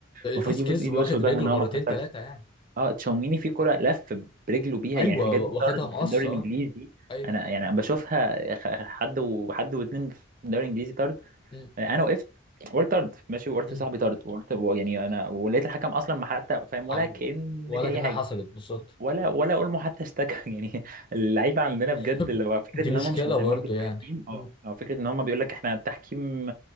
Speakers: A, on the right; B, on the left.
A: المفروض
B: فاسكيز
A: يبوس ايده
B: واخد
A: وشه ده
B: رجله
A: ان هو
B: مرتين
A: ما اتكسرش
B: ثلاثة يعني
A: اه تشاوميني في كرة لف برجله بيها
B: ايوه
A: يعني حاجات
B: واخدها
A: دي طرد
B: مقص
A: في الدوري
B: اه
A: الانجليزي
B: ايوه
A: انا يعني أنا بشوفها خ- حد وحد واتنين في الدوري الانجليزي طرد
B: مم.
A: انا وقفت قلت طرد ماشي وقلت
B: مم.
A: لصاحبي طرد وقلت يعني انا ولقيت الحكم اصلا ما حتى فاهم
B: عم-
A: ولا كأن
B: ولا
A: في
B: كأنها
A: اي حاجه
B: حصلت بالظبط
A: ولا ولا اولمو حتى اشتكى <laughs> يعني اللعيبه عندنا
B: <laughs>
A: بجد اللي هو فكره
B: دي
A: ان
B: مشكلة
A: هم مش مهتمين
B: برضه
A: بالتحكيم
B: يعني مم.
A: اه أو فكره ان هم بيقول لك احنا التحكيم